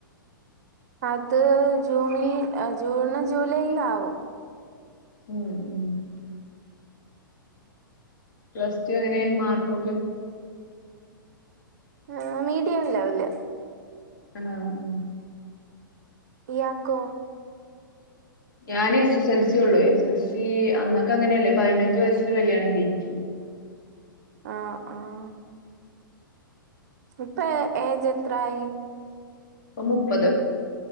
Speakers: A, on the right; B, on the left.
A: അത് ജൂണിൽ ജൂണ് ജൂലൈയിൽ ആവും.
B: ഉം ഉം പ്ലസ് ടു എങ്ങനെ മാർക്കൊക്കെ?
A: ആ മീഡിയം ലെവല്.
B: ആണോ ഉം
A: ഇയാക്കൊ?
B: ഞാൻ. എസ്. എസ്. എൽ. സി. ഉള്ളൂ.. എസ്ൽ സി. അന്നൊക്കെ ങ്ങനെയല്ലേ പതിനഞ്ചു വയസ്സിൽ കല്യാണം കഴിഞ്ഞി..
A: ആഹ് ആഹ് ഇപ്പാ.. ഏജ്. എത്രായി
B: പ്പ. മുപ്പത്.